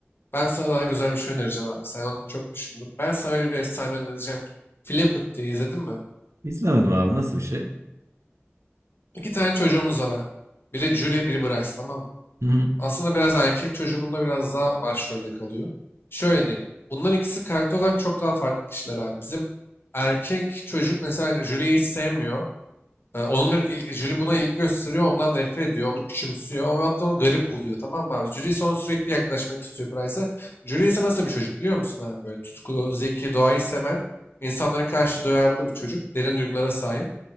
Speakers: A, on the left; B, on the right.
A: Ben sana daha güzel bir şey önereceğim abi. Sen onu çok düşündün. Ben sana öyle bir efsane önereceğim ki. Flipit diye izledin mi?
B: İzlemedim abi nasıl bir şey?
A: İki tane çocuğumuz var abi. Biri Julie, biri Bryce tamam mı?
B: Hı hı.
A: Aslında biraz erkek çocuğu bunda biraz daha başrolde kalıyor. Şöyle diyeyim. Bunların ikisi karakter olarak çok daha farklı kişiler abi. Bizim erkek çocuk mesela Julie'yi hiç sevmiyor. Ee, Onun ve Julie buna ilgi gösteriyor, ondan nefret ediyor, onu küçümsüyor, ama hatta onu garip buluyor tamam mı abi? Julie ise ona sürekli yaklaşmak istiyor Bryce'a. Julie ise nasıl bir çocuk biliyor musun abi? Böyle tutkulu, zeki, doğayı seven, insanlara karşı duyarlı bir çocuk, derin duygulara sahip.